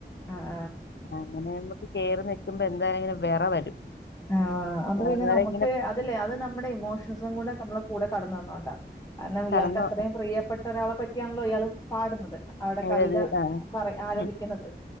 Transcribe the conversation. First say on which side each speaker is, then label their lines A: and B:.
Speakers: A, on the left (about 20°); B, on the left (about 80°).
A: ആഹ്
B: അങ്ങനെ നമ്മക്ക് കേറി നിൽക്കുമ്പോ എ എന്തായാലും വെറ വരും
A: ആ ഒ അ അത് പിന്നെ
B: അന്നേരം
A: നമ്മ്ക്ക്
B: ഇങ്ങനെ
A: അതില്ലെ അത് നമ്മുടെ ഇമോഷൻസും കൂടെ നമ്മള് കൂടെ കടന്ന് വന്നോണ്ട കാരണം ഇയാൾക്ക്
B: കടന്നു
A: അത്രയും പ്രിയപ്പെട്ട ഒരാളെ പറ്റിയാണല്ലോ ഇയാൾ പാടുന്നത് അവിടെ കവിത
B: ഏത് ആ
A: പറ ആലപിക്കുന്നത്
B: ഉം